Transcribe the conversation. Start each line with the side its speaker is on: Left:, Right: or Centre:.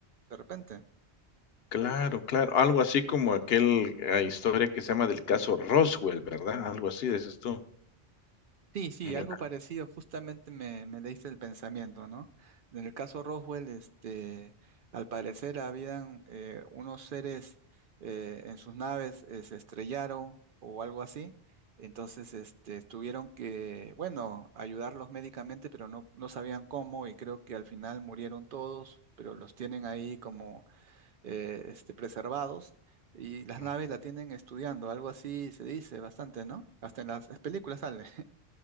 Right: de repente.
Left: Claro, claro, algo así como aquel, ah, historia que se llama del caso Roswell, ¿verdad? Algo así, dices tú,
Right: Sí, sí,
Left: ¿verdad?
Right: algo parecido, justamente me, me leíste el pensamiento, ¿no? En el caso Roswell, este, al parecer habían eh, unos seres eh, en sus naves, eh, se estrellaron o algo así, entonces este, tuvieron que, bueno, ayudarlos médicamente, pero no, no sabían cómo y creo que al final murieron todos, pero los tienen ahí como eh, este, preservados. Y las
Left: Mm.
Right: naves la tienen estudiando, algo así se dice bastante, ¿no? Hasta en las películas sale.